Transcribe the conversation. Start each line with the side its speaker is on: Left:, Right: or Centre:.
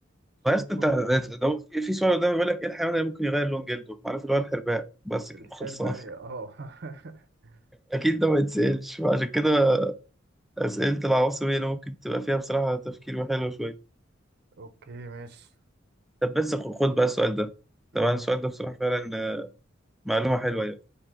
Right: مش لازم
Centre: بس
Right: كله
Centre: انت لو في سؤال قدامي بيقول لك ايه الحيوان اللي ممكن يغير لون جلده عارف اللي هو الحرباء بس كده
Right: الحربة
Centre: خلصان
Right: يا- اه <laughs>
Centre: اكيد ده ما يتسالش عشان كده اسئله العواصم هي اللي ممكن تبقى فيها بصراحه تفكير وحلو شويه
Right: اوكي ماشي
Centre: طب بس خ- خد بقى السؤال ده طبعا
Right: الدين
Centre: السؤال ده بصراحه فعلا آه، معلومه حلوه يعني